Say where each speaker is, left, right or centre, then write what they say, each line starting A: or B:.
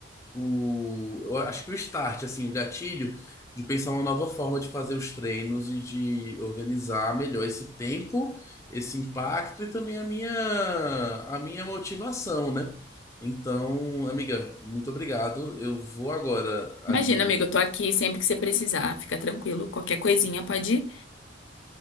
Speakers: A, on the left; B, on the left.
A: o- eu acho que o start, assim, o gatilho de pensar uma nova forma de fazer os treinos e de organizar melhor esse tempo, esse impacto e também a minha, a minha motivação, né? Então, amiga, muito obrigado. Eu vou agora ali
B: Imagina, amigo, eu tô aqui sempre que você precisar, fica tranquilo, qualquer coisinha pode ir.